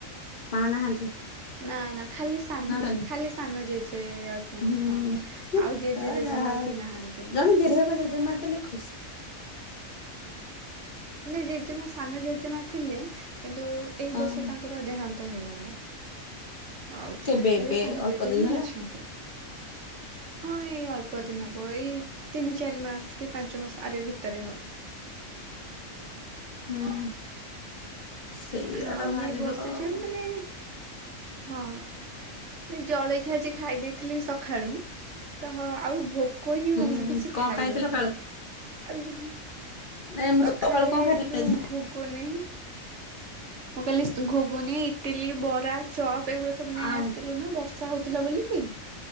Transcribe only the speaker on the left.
ମା ନାହାନ୍ତି?
ନା ଅଛନ୍ତି?
ହୁଁ
ତ
ଯାହା
ଜଣେ ଜେଜେବାପା ଜେଜେ ଜେଜେ ମା ଥିଲେ ଖୁସି
ହଁ
କେବେ
ଏବେ
ଅଳ୍ପ
ଦିନ
ହେଲା
ହୁଁ। ସେଇଆ
ତ ଭାରି
ଦୁଃଖ ଆଉ।
ହୁଁ
କଣ
ଖାଇଥିଲ ସକାଳୁ
ନାଇଁ ମୁଁ
ସକାଳୁ କଣ ଖାଇଥିଲି
ଆଜି
ଆଉ